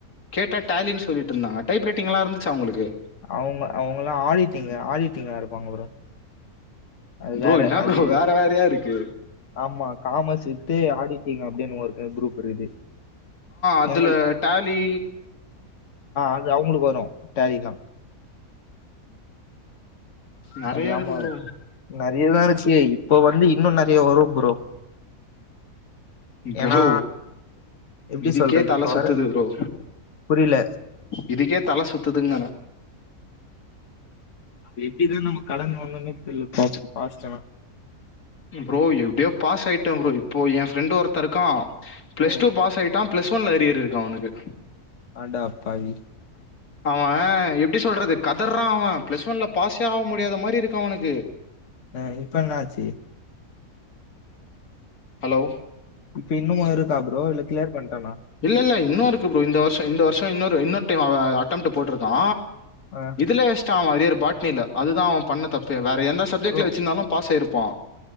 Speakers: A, on the left; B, on the left.
A: கேட்டா டேலினு சொல்லிட்டு இருந்தாங்க டைப் ரைட்டிங்லா இருந்துச்சா உங்களுக்கு
B: அவுங்க அவுங்கல்லா ஆடிட்டிங்க ஆடிட்டிங்கா இருப்பாங்க ப்ரோ அது
A: ப்ரோ
B: வேற
A: என்ன
B: அது
A: ப்ரோ வேற வேறயா இருக்கு
B: ஆமா காமஸ் வித்து ஆடிட்டிங் அப்டினு ஒரு குரூப் இருக்குது
A: அதுல
B: ஆ
A: டேலி
B: அது அவுங்களுக்கு வரு டேலில்லா
A: நிறைய
B: அது
A: இருக்கு
B: ஆமா
A: ப்ரோ
B: நெறையதா இருக்கே இப்போ வந்து இன்னு நெறைய வரு ப்ரோ
A: ப்ரோ
B: ஏன்னா எப்டி
A: இதுக்கே
B: சொல்றது
A: தல
B: இப்ப
A: சுத்துது
B: வேற
A: ப்ரோ
B: புரில
A: இதுக்கே தல சுத்துதுங்கிறே
B: எப்டிதா நம்ம கடந்து வந்தோணே தெர்ல <inaudible> பாஸ்ட்டெனா
A: ப்ரோ எப்டியோ பாஸ் ஆயிட்டே ப்ரோ இப்போ எ ஃப்ரெண்ட் ஒருத்தே இருக்கா பிளஸ்
B: ம்
A: டூ பாஸ் ஆயி தா பிளஸ் ஒன்ல அரியர் இருக்கு அவனுக்கு
B: அடப்பாவி
A: அவே எப்டி சொல்றது கதர்றா அவே பிளஸ் ஒன்ல பாஸ் சே ஆக முடியாத மாரி இருக்கு அவனுக்கு
B: ஆ இப்ப என்ன ஆச்சு
A: ஹலோ
B: இப்ப இன்னுமோ இருக்கா ப்ரோ இல்ல கிளியர் பண்ட்டானா
A: இல்ல இல்ல இன்னோருக்கு ப்ரோ இந்த வருஷோ இந்த வருஷோ இன்னொரு இன்னொரு டைம் அவே அட்டம்ட்டு போட்ருக்கா
B: ஆ
A: இதுல வெஸ்டா அவே அரியரு பாட்னில அதுதா அவே பண்ண தப்பே வேற எந்த சப்ஜெக்ட்ல
B: ப்ரோ
A: வச்சுருந்தாலு பாஸ் ஆயிருப்பா